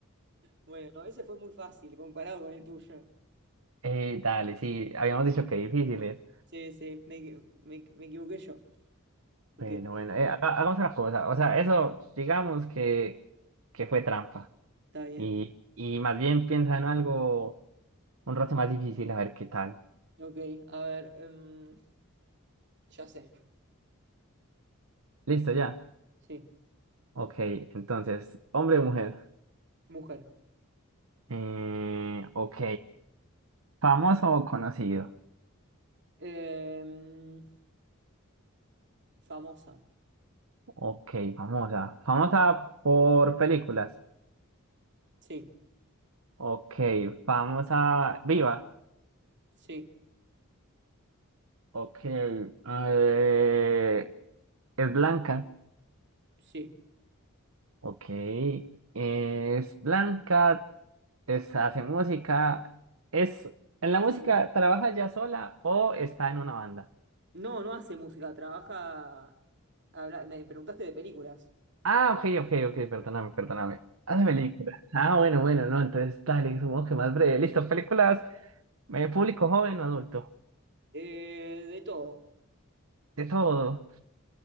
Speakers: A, on the right; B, on the right.
A: Bueno, no, ese fue muy fácil comparado con el tuyo.
B: Eh, dale, sí, habíamos dicho que difíciles.
A: Sí, sí, me, equi- me, me equivoqué yo. Ok,
B: Bueno, bueno, eh, haga- hagamos una cosa, o sea, eso digamos que, que fue trampa
A: está bien.
B: y, y más bien piensa en algo un rato más difícil, a ver qué tal.
A: Ok, a ver, em, ya sé,
B: Listo, ya.
A: sí,
B: Ok, entonces, hombre o mujer.
A: mujer.
B: Eh, ok. ¿Famoso o conocido?
A: Em, famosa,
B: Ok, famosa. Famosa por películas.
A: sí,
B: Ok, famosa viva.
A: sí,
B: Ok, eh, es blanca.
A: sí.
B: Ok, es blanca, es, hace música. ¿Es en
A: No
B: la
A: hace,
B: música trabaja ya sola o está en una banda?
A: no, no hace música, trabaja... habla- me preguntaste de películas.
B: Ah, ok, ok, ok, perdóname, perdóname. Hace películas. Ah, bueno, bueno, no, entonces dale, supongo que más breve. Listo, películas, eh, público joven o adulto.
A: Eh, de todo,
B: De todo.